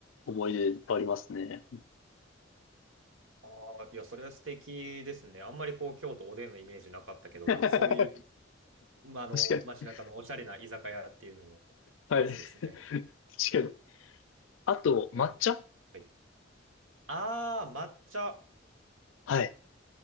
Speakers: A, on the left; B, on the right.
A: 思い出いっぱいありますね。
B: ー、ああ、いや、それは素敵ですね。あんまりこう京都おでんのイメージなかったけど、
A: <laughs> 確
B: なんかそういうまあ、あの、
A: かに。
B: 街中のおしゃれな居酒屋っていうのも、
A: はい。
B: オツですね。
A: 確かに。あと、抹茶
B: えーはい、あー、抹茶。
A: はい。